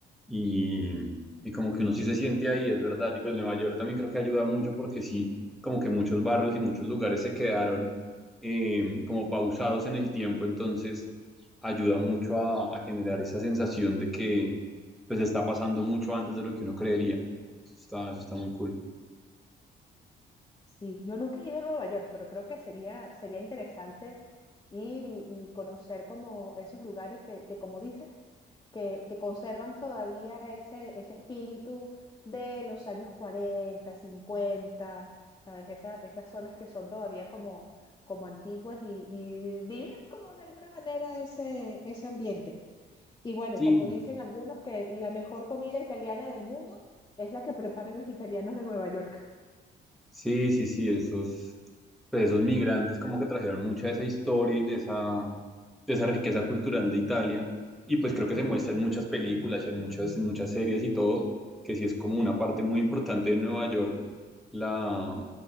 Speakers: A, in the centre; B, on the left.
A: y, y como que uno sí se siente ahí, es verdad. Y pues Nueva York también creo que ayuda mucho porque sí, como que muchos barrios y muchos lugares se quedaron eh, como pausados en el tiempo, entonces ayuda mucho a, a generar esa sensación de que pues está pasando mucho antes de lo que uno creería. Eso está, eso está muy cool.
B: Sí, yo nunca he ido a Nueva York, pero creo que sería, sería interesante ir y, y conocer como esos lugares que, que como dices, que, que conservan todavía ese, ese espíritu de los años 40 50, ¿sabes? Esa- esas zonas que son todavía como, como antiguas y, y vivir como de alguna manera ese, ese ambiente. Y bueno,
A: Sí,
B: como dicen algunos, que la mejor comida italiana del mundo es la que preparan los italianos de Nueva York.
A: sí, sí, sí, esos, pues esos migrantes como que trajeron mucha de esa historia y de esa, de esa riqueza cultural de Italia. Y pues creo que se muestra en muchas películas y en muchas, en muchas series y todo, que sí es como una parte muy importante de Nueva York, la,